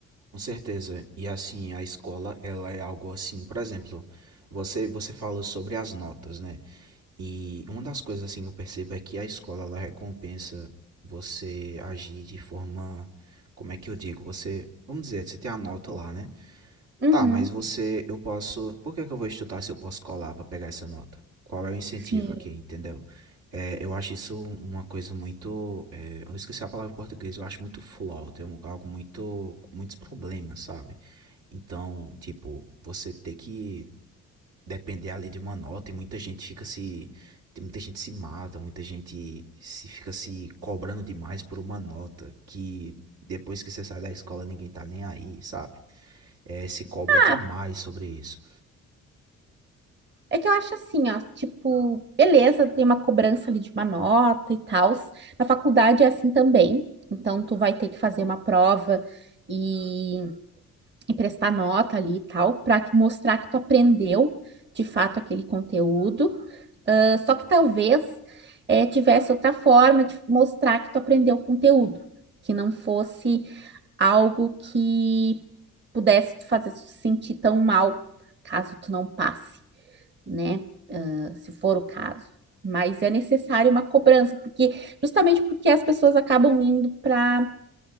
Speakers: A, on the right; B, on the right.
A: com certeza. E assim, a escola, ela é algo assim, por exemplo, você você falou sobre as notas, né? E uma das coisas assim que eu percebo é que a escola ela recompensa você agir de forma, como é que eu digo, você, vamos dizer, você tem a nota lá, né?
B: Uhum,
A: Tá, mas você, eu posso, por que que eu vou estudar se eu posso colar pra pegar essa nota? Qual é o incentivo
B: sim.
A: aqui, entendeu? É, eu acho isso uma coisa muito, é, eu esqueci a palavra em português, eu acho muito flawed, é um- algo muito, com muitos problemas, sabe? Então, tipo, você ter que depender ali de uma nota e muita gente fica se tem- muita gente se mata, muita gente se fica se cobrando demais por uma nota que depois que você sai da escola ninguém tá nem aí, sabe? É, se cobra demais
B: Ah,
A: sobre isso.
B: é que eu acho assim, ó, tipo, beleza, tem uma cobrança ali de uma nota e tal. Na faculdade é assim também. Então, tu vai ter que fazer uma prova e e prestar nota ali e tal, para mostrar que tu aprendeu de fato aquele conteúdo. Ah, só que talvez eh, tivesse outra forma de mostrar que tu aprendeu o conteúdo, que não fosse algo que pudesse te fazer se sentir tão mal caso tu não passe, né? Ah, Se for o caso. Mas é necessário uma cobrança, porque justamente porque as pessoas acabam indo para